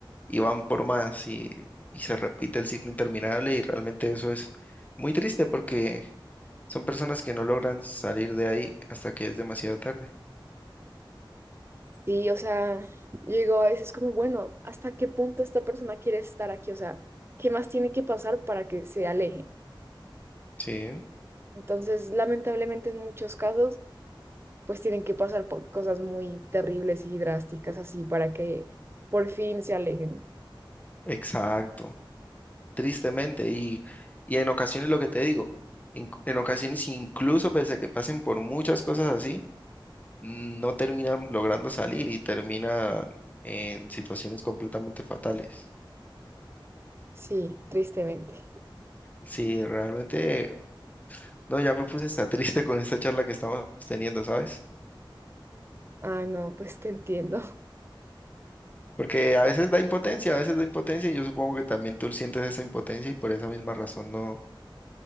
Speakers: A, on the left; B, on the right.
A: y van por más y, y se repite el ciclo interminable y realmente eso es muy triste porque son personas que no logran salir de ahí hasta que es demasiado tarde.
B: Sí, o sea, yo digo a veces como, bueno, ¿hasta qué punto esta persona quiere estar aquí? O sea, ¿qué más tiene que pasar para que se aleje?
A: Sí,
B: Entonces, lamentablemente en muchos casos, pues tienen que pasar por cosas muy terribles y drásticas así para que por fin se alejen.
A: exacto, tristemente y, y en ocasiones lo que te digo, en, en ocasiones incluso pese a que pasen por muchas cosas así, no terminan logrando salir y terminan en situaciones completamente fatales.
B: Sí, tristemente.
A: Sí, realmente, no, ya me puse hasta <laughs> triste con esta charla que estamos teniendo, ¿sabes?
B: Ah, no, pues te entiendo.
A: Porque a veces da impotencia, a veces da impotencia y yo supongo que también tú sientes esa impotencia y por esa misma razón no